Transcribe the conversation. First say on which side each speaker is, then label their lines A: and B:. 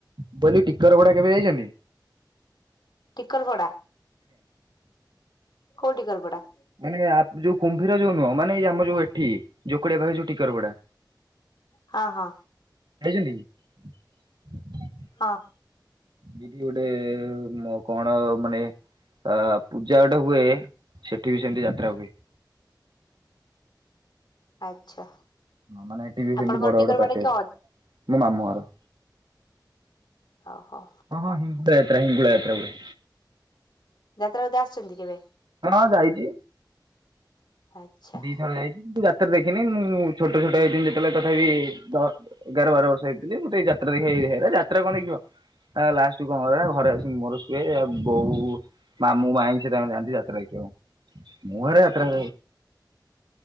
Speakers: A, on the right; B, on the left.
A: <unintelligible> ଟିକରପଡା କେବେ ଯାଇଚନ୍ତି?
B: ଟିକରପଡା, କୋଉ ଟିକରପଡା?
A: ମାନେ ଆପ୍ ଯୋଉ କୁମ୍ଭୀର ଯୋଉ ନୁହଁ, ମାନେ ଏଇ ଆମ ଯୋଉ ଏଠି ଯୋକଡିଆ ପାଖରେ ଯୋଉ ଟିକରପଡା,
B: ହଁ ହଁ
A: ଯାଇଛନ୍ତି କି?
B: ହଁ।
A: ସେଇଠି ଗୋଟେ ମ କଣ ମାନେ ଅ ପୂଜା ଗୋଟେ ହୁଏ, ସେଠି ବି ସେମ୍ତି ଯାତ୍ରା ହୁଏ।
B: ଆଚ୍ଛା।
A: ହଁ ମାନେ ଏଠି ବି
B: ଆପଣଙ୍କର
A: ସେମ୍ତି ବଡ-ବଡ
B: ଟିକରବାଡି
A: ପାର୍ଟି ଅଛି
B: କ
A: ମୋ ମାମୁଁ ଘର।
B: ହ-ହ।
A: ହଁ-ହଁ ହିଙ୍ଗୁଳା ଯାତ୍ରା ହିଙ୍ଗୁଳା ଯାତ୍ରା ହୁଏ।
B: ଯାତ୍ରା ବୋଧେ ଆସିଚନ୍ତି କେବେ?
A: <unintelligible> ଯାଇଚି
B: ଆଚ୍ଛା
A: ଦି ଥର ଯାଇଚି କିନ୍ତୁ ଯା ତ୍ରା ଦେଖିନି, ମୁଁ ଛୋଟ-ଛୋଟ ହେଇଥିନି ଯେତେବେଳେ ତଥାପି ଦ ଏଗାର ବାର ବର୍ଷ ହେଇଥିଲି ମୁଁ ତ ଏଇ ଯାତ୍ରା ଦେଖେ, ହେରା ଯାତ୍ରା କଣ ଦେଖିବ। ଆ ଲାଷ୍ଟୁକୁ କଣ କରେ ନା ଘରେ ଆସିି ମୁଁ ମୋର ଶୁଏ ଆଉ ବୋଉ ମାମୁଁ ମାଇଁ ସେ ତାଙ୍କର ଯାଆନ୍ତି ଯା ତ୍ରା ଦେଖିବାକୁ, ମୁଁ ସେରା ଯାତ୍ରା
B: ଆଜ୍ଞା